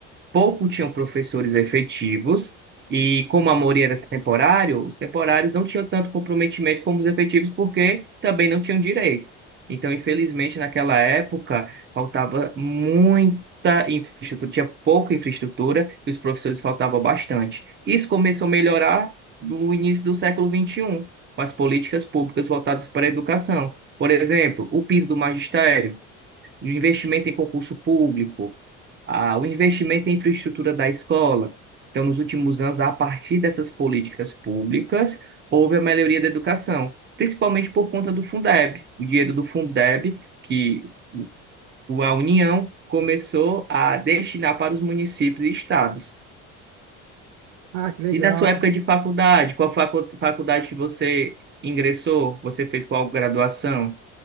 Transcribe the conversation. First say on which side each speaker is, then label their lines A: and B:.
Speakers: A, on the right (about 35°); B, on the right (about 85°).
A: pouco tinham professores efetivos, e como a maioria era temporário, os temporários não tinham tanto comprometimento como os efetivos, porque também não tinham direitos. Então, infelizmente, naquela época, faltava muita infraestrutura, tinha pouca infraestrutura e os professores faltavam bastante. Isso começou a melhorar no início do século XXI, com as políticas públicas voltadas para a educação. Por exemplo, o piso do magistério o investimento em concurso público, ah, o investimento em infraestrutura da escola. Então, nos últimos anos, a partir dessas políticas públicas, houve a melhoria da educação, principalmente por conta do Fundeb, o dinheiro do Fundeb, que a União começou a destinar para os municípios e estados.
B: Ah, que legal.
A: E na sua época de faculdade, qual facu- faculdade que você ingressou? Você fez qual graduação?